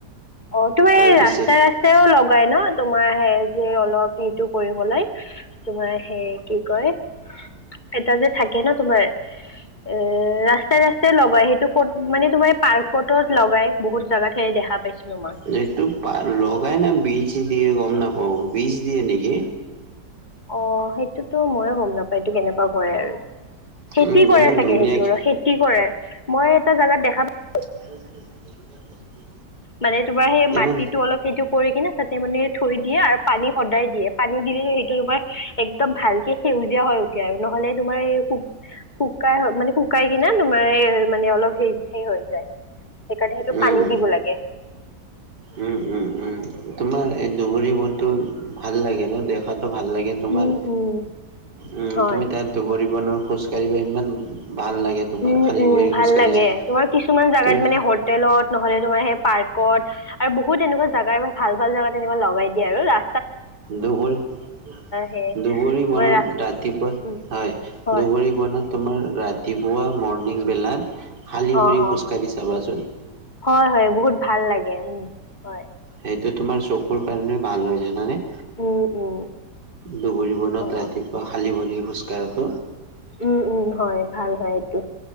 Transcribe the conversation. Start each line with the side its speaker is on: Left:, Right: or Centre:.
Left: অহ তোমাৰ
Right: তাৰ
Left: এই
Right: পিছে
Left: ৰাস্তাই - ৰাস্ত তেওঁ লগাই ন' তোমাৰ হে যে অলপ সেইটো কৰিবলৈ তোমাৰ হে কি কৰে, এটা যে থাকে ন তোমাৰ এ ৰাস্তাই- ৰাস্তাই লগাই সেইটো ক'ত মানে তোমাৰ এই পাৰ্কত লগাই বহুত জাগাত হেই দেখা পাইছিলোঁ মই।
Right: যিহেতু পা লগাই নে বীজে দিয়ে গম নাপাওঁ বীজ দিয়ে নেকি।
Left: অঁ', সেইটোতো ময়ো গম নাপাই এইটো কেনেকুৱা কৰে আৰ খেতি
Right: উম
Left: কৰে
Right: ইমান
Left: চাগে
Right: ধুনীয়া
Left: সেইটোৰ খেতি কৰে মই এটা জাগাত দেখা পা
Right: <unintelligible>
Left: মানে তোমাৰ সেই মাটিটো
Right: ইমান
Left: অলপ সেইটো কৰি কিনে তাতে মানে থৈ দিয়ে আৰু পানী সদায় দিয়ে পানী দিলে স তোমাৰ একদম ভালকে সেউজীয়া হৈ উঠে আৰু নহ'লে তোমাৰ এই শুক শুকাই মানে শুকাই কিনে তোমাৰ মানে এ অলপ হে হেই হৈ যায়। সেইকাৰণে সেইটো
Right: উম
Left: পানী দিব লাগে।
Right: উম- উম -উম তোমাৰ এই দুবুৰী বনটো ভাল লাগে ন দেখাটো ভাল লাগে। তোমাৰ
Left: উম উম
Right: উম
Left: হয়।
Right: তুমি তাৰ দুবুৰী বনৰ খোজ কাঢ়িব ইমান ভাল লাগে। তোমাৰ
Left: উম-
Right: খালী
Left: উম
Right: ভৰি
Left: ভাল
Right: খোজ কাঢ়িছে।
Left: লাগে তোমাৰ কিছুমান জাগাত
Right: তুমি
Left: মানে হট হোটেলত নহ'লে তোমাৰ সেই পাৰ্কত আৰু বহুত তেনেকুৱা জাগা ভাল -ভাল জাগা তেনেকোৱা লগাই দিয়ে আৰু ৰা
Right: দুবুৰী -দুবুৰী
Left: সেই তোমাৰ
Right: বনত
Left: ৰাস
Right: ৰাতিপুৱা
Left: উম
Right: হয়।
Left: হয়
Right: দুবুৰী বনত তোমাৰ ৰাতিপুৱা মৰ্ণিংবেলাত খালি
Left: অ
Right: ভৰি
Left: অ
Right: খোজকাঢ়ি চাবাচোন।
Left: হয়- হয় বহুত ভাল লাগে উম হয়।
Right: সেইটো তোমাৰ চকুৰ কাৰণে ভাল হয় জানানে?
Left: উম -উম
Right: দুবুৰী বনত
Left: অ
Right: ৰাতিপুৱা খালী ভৰি খোজ কাঢ়াতো
Left: উম উম হয় ভাল হয় এইটো।